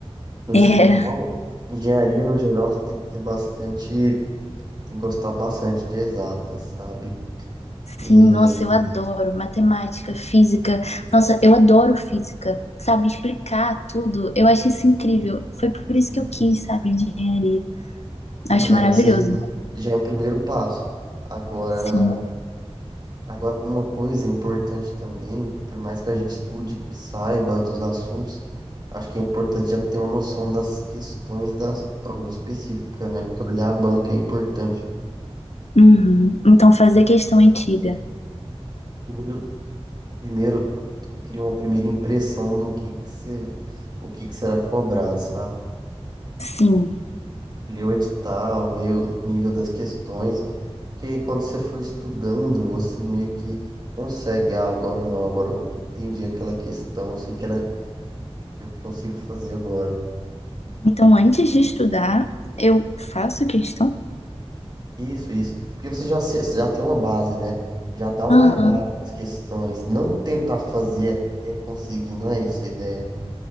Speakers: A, on the right; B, on the left.
A: No
B: É,
A: geral, engenharia no geral você tem que ter bastante, tem que gostar bastante de exatas, sabe? E,
B: sim, nossa, eu adoro matemática, física. Nossa, eu adoro física, sabe? Explicar tudo. Eu acho isso incrível. Foi por isso
A: enfim,
B: que eu quis, sabe, engenharia.
A: não,
B: Acho
A: é,
B: maravilhoso.
A: esse já já é o primeiro passo. Agora,
B: Sim.
A: Agora, uma coisa importante também, por mais que a gente estude e saiba dos assuntos, acho que é importante já ter uma noção das questões da prova específica, né? Porque olhar a banca é importante.
B: Uhum. Então, fazer questão antiga.
A: Primeiro, primeiro cria uma primeira impressão do que que se- o que que será cobrado, sabe?
B: Sim.
A: Ler o edital, ver o nível das questões, porque aí quando você for estudando, você meio que consegue, ah, agora não, agora eu entendi aquela questão, sei que ela que eu consigo fazer agora.
B: Então, antes de estudar, eu faço questão
A: Isso, isso. Porque você já, se- já tem uma base, né? Já dá uma
B: Aham,
A: olhada nas questões. Não tentar fazer até conseguir, não é isso a ideia.